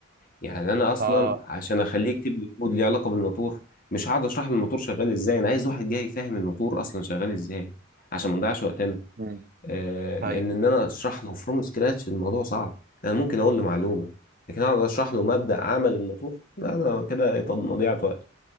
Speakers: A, on the left; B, on the right.
A: يعني انا اصلا
B: اه
A: عشان اخليه يكتب لي كود ليه علاقه بالموتور مش هقعد اشرح له الموتور شغال ازاي انا عايز واحد جاي يفهم الموتور اصلا شغال ازاي عشان ما نضيعش وقتنا
B: مم.
A: آه لان
B: ايوه
A: ان انا اشرح له فروم سكراتش الموضوع صعب انا ممكن اقول له معلومه لكن اقعد اشرح له مبدأ عمل الموتور لا انا كده طب مضيعه وقت